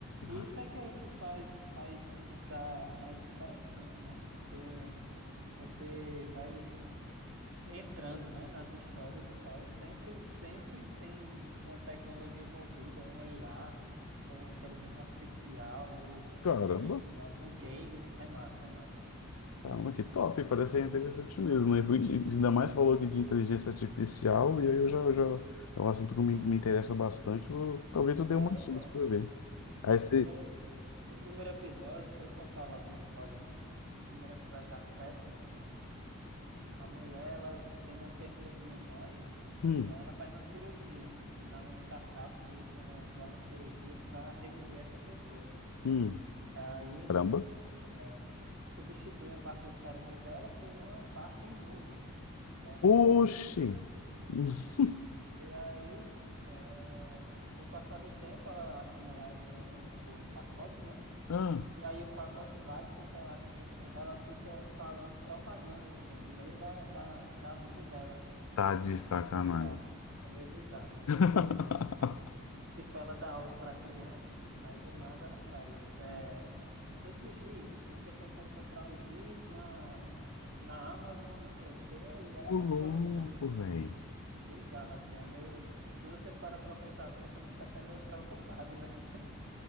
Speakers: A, on the right; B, on the left.
A: E
B: Ah.
A: isso é que, que faz, faz ficar mais interessante, né? Porque você vai se entrando, né, nas histórias e tal, e sempre, sempre tem uma tecnologia envolvida, uma IA, ou uma inteligência artificial, ou
B: Cara,
A: enfim, algum game. É massa, é massa.
B: Caramba, que top, parece ser interessante mesmo, né? Fui- Ainda mais falou aqui de inteligência artificial, e aí eu já, já é um assunto que me, me interessa bastante, eu- talvez eu dê
A: É,
B: uma chance
A: então,
B: para ver. Aí
A: o
B: você.
A: primeiro O primeiro episódio, deixa eu contar logo um spoiler, né? O primeiro episódio da sétima, a mulher, ela tem uma perda de memória
B: Hum,
A: e aí ela faz uma cirurgia. Tem lá uma startup que tem umas novas cirurgias para reviver essa pessoa.
B: hum,
A: Aí,
B: caramba.
A: é, substitui a parte do cérebro dela por uma parte em nuvem dessa,
B: Oxi!
A: dessa.
B: <laughs>
A: E aí, é, com o passar do tempo, ela assina lá o prêmio, o, o pacote, né?
B: Ah,
A: E aí o pacote básico que ela assina, ela fica falando propagandas, pô, no meio da, da, da vida dela, assim.
B: tá de sacanagem.
A: É meio bizarro. É meio bizarro, é meio
B: <laughs>
A: bizarro. Tipo, ela dá aula para crianças, aí do nada ela faz. É, esse giz, você consegue comprar o giz na, na Amazon, não sei o quê, e ela
B: Ô
A: vai
B: louco,
A: falando, sabe?
B: velho.
A: Bizarro, assim, é meio. E você para pra pensar assim, você fica até meio preocupado, né?